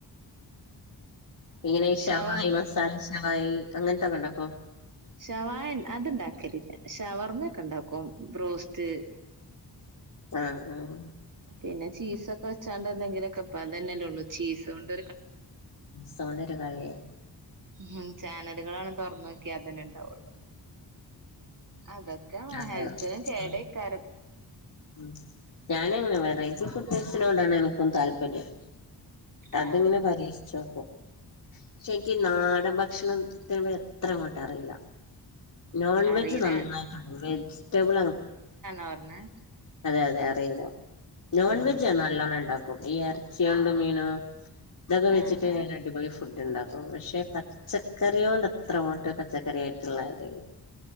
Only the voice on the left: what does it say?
ഇങ്ങനെ ശവായി
മസാല ശവായി അങ്ങനത്തൊക്കെ ഉണ്ടാക്കോ?
ആഹ് ആഹ്
സോണ്ടൊരു കളിയ.
ആഹ്
ഉം ഉം ഞാനങ്ങനെ വെറൈറ്റി ഫുഡ്സിനോടാണ് എനിക്ക താല്പര്യം. അതിങ്ങനെ
പരീക്ഷിച്ചക്കും. പക്ഷെനിക്ക് നാടൻ ഭക്ഷണത്തിന് എത്രങ്ങട്ടും അറില്ല. നോൺ
വെജ് നന്നായിട്ടു വെജിറ്റബിൾ അ
അതെ അതെ അറില നോൺവെജാ
നല്ലോണം ണ്ട ക്കും ഈ ഇറച്ചിയണ്ട് മീന ഇതൊക്കെ വെച്ചിട്ട്
ഞാൻ അടിപൊളി ഫുഡ് ണ്ടാ ഓഹ് പക്ഷെ പച്ചക്കറി കൊണ്ടത്ര ങട്ട് പച്ചക്കറി ആയിട്ടുള്ള തല്ല